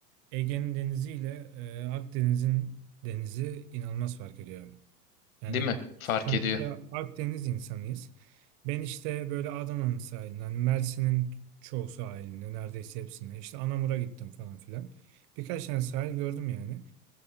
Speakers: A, on the right; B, on the left.
A: Ege'nin denizi ile eee, Akdeniz'in denizi inanılmaz fark ediyor. abi. Yani
B: Değil mi? Fark
A: sonuçta
B: ediyor.
A: Akdeniz insanıyız. Ben işte böyle Adana'nın sahiline, hani Mersin'in çoğu sahiline, neredeyse hepsine, işte Anamur'a gittim falan filan. Birkaç tane sahil gördüm yani.